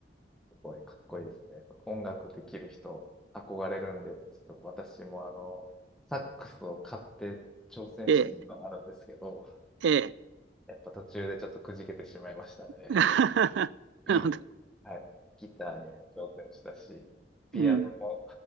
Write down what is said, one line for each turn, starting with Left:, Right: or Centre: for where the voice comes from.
Centre: 構これかっこいいですね。音楽できる人、憧れるんで、ちょっと私もあの、サックスを買って挑戦したことがあるんですけど、
Right: ええ、ええ。
Centre: やっぱ途中でちょっとくじけてしまいましたね。
Right: <laughs> なるほど。
Centre: <laughs> はい。ギターにも挑戦したし、ピアノも、
Right: うん。